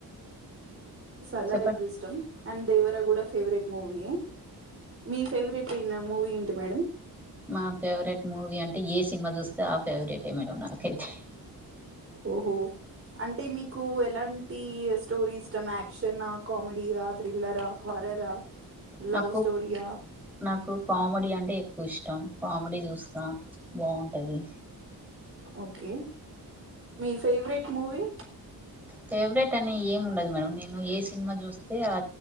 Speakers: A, on the right; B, in the centre.
A: సల్లార్
B: చెప్పండి
A: ఎక్కువ ఇష్టం అండ్ దేవరా గు ఫేవరెట్ మూవీ మీ ఫేవరెట్ మూవీ ఏంటి మేడం
B: మా ఫేవరెట్ మూవీ అంటే ఏ సినిమా చూస్తే ఆ ఫేవరెటే మేడం నాకైతె
A: ఓహో అంటే మీకు ఎలాంటి స్టోరీస్ ఇష్టం యాక్షన్ కమెడి ఆ థ్రిల్లరా హారరా లవ్
B: నాకు
A: స్టోరీయా
B: నాకు కామెడీ అంటే ఎక్కువ ఇష్టం కామెడీ చూస్తా బాగుంటది
A: ఓకె మీ ఫేవ్రెట్ మూవీ
B: ఫేవరెట్ అని ఏం ఉండదు మేడం నేను ఏ సినిమా చూస్తే ఆే